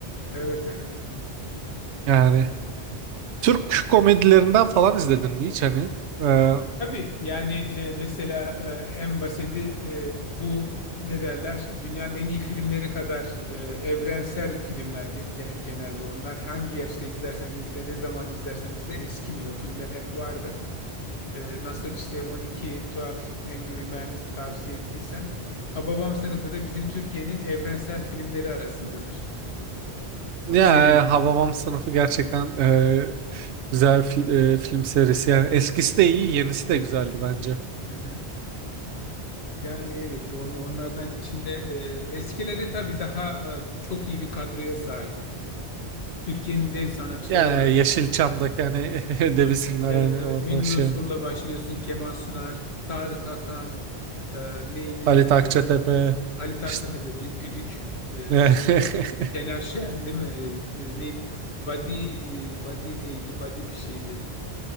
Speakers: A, on the left; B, on the right.
A: Evet evet.
B: Yani
A: Yani
B: Türk komedilerinden falan izledin mi hiç hani? Ee,
A: tabii yani e, mesela e, en basiti e, bu ne derler? Dünyanın en iyi filmleri kadar e, evrensel filmler ge- ge- genelde onlar. Hangi yaşta izlersen izle, ne zaman izlersen izle eskimiyor. O filmler hep vardır. Ee, nasıl işte 12, 12 Angry Men'i tavsiye ettiysem Hababam sınıfı da bizim Türkiye'nin evrensel filmleri arasındadır.
B: ya
A: Serileri.
B: Hababam Sınıfı gerçekten e, güzel fil- e, film serisi. Yani eskisi de iyi, yenisi de güzeldi bence.
A: Hı hı. Yani evet on, onlardan içinde e, eskileri tabii daha e, çok iyi bir kadroya sahip. Türkiye'nin dev sanatçıları
B: Yani
A: var orada.
B: Yeşilçam'daki hani <laughs> dev isimler
A: Evet
B: hani
A: evet
B: orada
A: Münir
B: şey
A: Özkul'la başlıyorsun. Kemal Sunar, Tarık Hakan, e, neydi?
B: Halit
A: E,
B: Akçatepe
A: Ali Takçatepe,
B: işte
A: Lü- Güdük. E,
B: <laughs> e,
A: Şener Şen değil mi? Ee, e, neydi? Badi, e, Badi neydi? Badi bir şeydi.